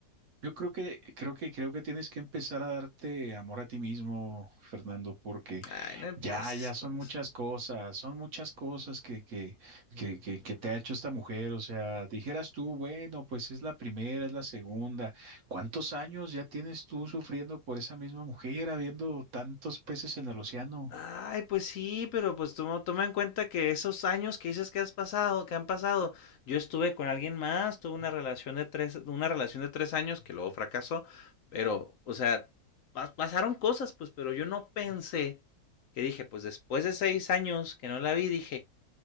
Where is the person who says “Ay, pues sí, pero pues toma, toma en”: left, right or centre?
Left